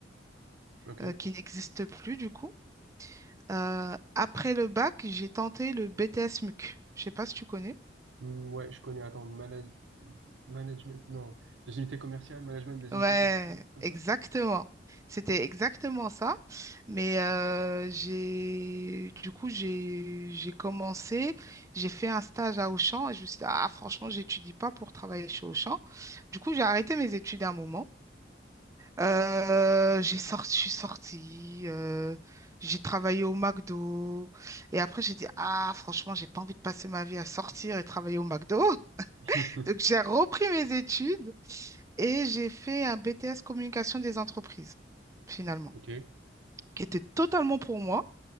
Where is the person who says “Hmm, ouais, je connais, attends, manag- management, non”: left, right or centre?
Right